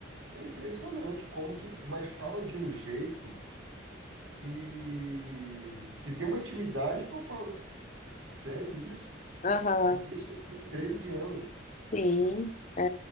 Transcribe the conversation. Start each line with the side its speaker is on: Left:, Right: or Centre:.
Right: é impressionante como que... Mas fala de um jeito que, que tem uma intimidade que eu falo, sério isso?
Left: Aham,
Right: Isso de 13 anos.
Left: sim. É.